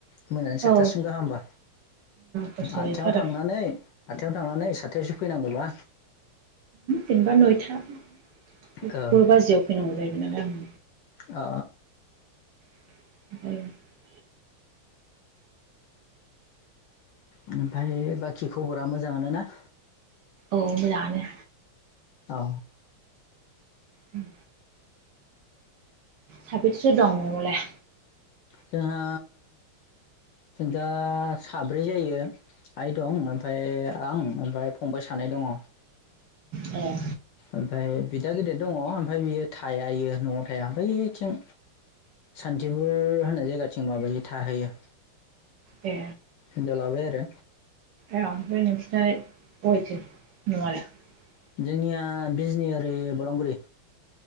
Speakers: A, on the left; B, on the right.
A: मोनानि
B: औ
A: साथथासिम गाह होमबा
B: खस्थ'
A: आदथायाव
B: जाहैथारो
A: थांनानै आथायावनो थांनानै साथायावसो फैनांगौबा
B: जेनबा नयथा कबा
A: ओ
B: बामियान नांगौ जायो बिदि द
A: अ
B: <unintelligible>
A: ओमफफ्राय बाखि खबरा मोजांङानो ना
B: औ मोजाङानो
A: औ
B: उम साबैसेसो दं न'लाय
A: जोंहा दा साब्रै जायो आइ दं ओमफ्राय आं ओमफ्राय फंबाय सानै दङ
B: औ
A: ओमफफ्राय बिदा गिदिर दङ ओमफफ्राय बियो थायाायो न'आव थाया ओमफ्रायथिं सान्थिफुर होननाय जायगाथिं माबायो थाहैयो
B: ए
A: हिनजाव लाबाय आरो
B: <unintelligible>
A: जोंनिया बिजनि ओरि बलांगुरि